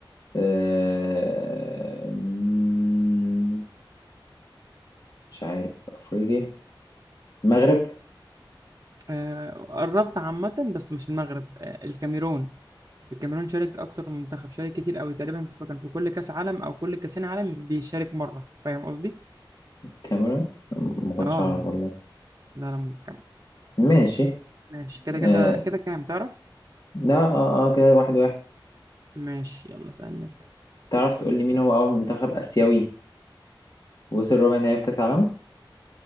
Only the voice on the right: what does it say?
آه، قربت عامة بس مش المغرب آه، الكاميرون الكاميرون شارك اكتر من منتخب شارك كتير قوي تقريبا فكان في كل كاس عالم او كل كاسين عالم بيشارك مره فاهم قصدي
اه
لا لا منتخب
ماشي كده كده
كده كام تعرف
ماشي يلا سألني انت